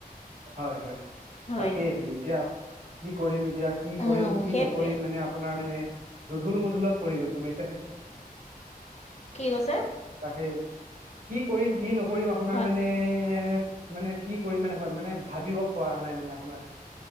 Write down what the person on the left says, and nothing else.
হয়
অহ
সেইটোৱে
কি কৈছে?
হয়